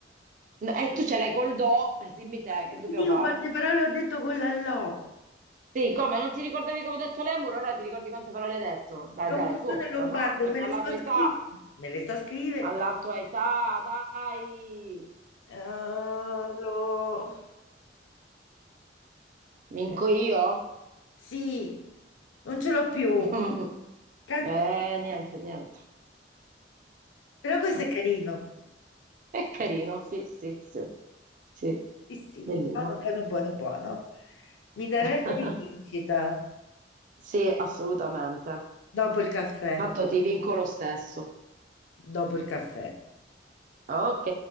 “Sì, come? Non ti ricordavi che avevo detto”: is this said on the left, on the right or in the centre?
Right